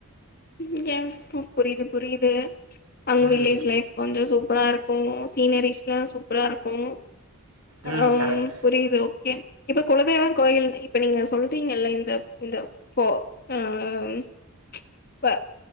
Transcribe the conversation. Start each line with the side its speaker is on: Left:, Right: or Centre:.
Left: ம் யா பு புரியிது புரியித் <unintelligible> அங்க
Right: ம்
Left: வில்லேஜ் லைஃப் கொஞ்ச சூப் ப்பராருக்கும் சீனரிஸ்லாம் சூப்பராருக்கும்
Right: ம்
Left: அம்
Right: கரெக்ட் கரெக்ட்
Left: புரியுது ஓகே இப்ப குலதெய்வம் கோயில்ல இப்ப நீங்க சொல்றீங்கல்ல இந்த- இந்த போ அம் ப்ப